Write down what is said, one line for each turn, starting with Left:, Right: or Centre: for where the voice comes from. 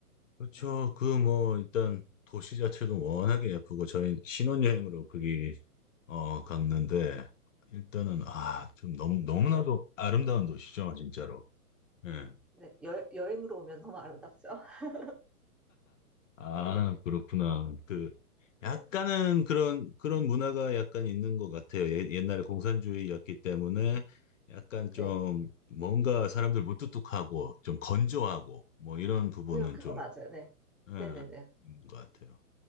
Left: 그렇죠.
Centre: 음,
Left: 그 뭐 일단 도시 자체도 워낙에 예쁘고 저희 신혼여행으로 거기 어 갔는데 일단은 아 좀 너무 너무나도 아름다운 도시죠, 진짜로. 예.
Centre: 네, 여, 여행으로 오면 너무 아름답죠. <laughs>
Left: 아, 그렇구나. 그
Centre: 네,
Left: 약간은 그런 그런 문화가 약간 있는 것 같아요. 예, 옛날에 공산주의였기 때문에 약간
Centre: 네,
Left: 좀 뭔가 사람들 무뚝뚝하고 좀 건조하고 뭐 이런 부분은
Centre: 네, 그거
Left: 좀
Centre: 맞아요. 네,
Left: 예,
Centre: 네, 네, 네.
Left: 있는 것 같아요.